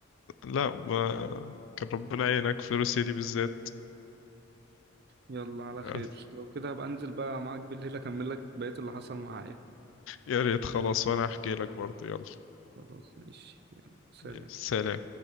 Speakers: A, on the left (about 80°); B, on the right (about 55°).
A: لا ما... كان ربنا يعينك في روسيا دي بالذات
B: يلا على
A: <laughs>
B: خير لو كده هبقى انزل بقى معاك بالليل اكمل لك بقية اللي حصل معايا
A: يا ريت خلاص وانا احكي لك برضه يلا
B: خلاص ماشي يلا سلام
A: يا سلام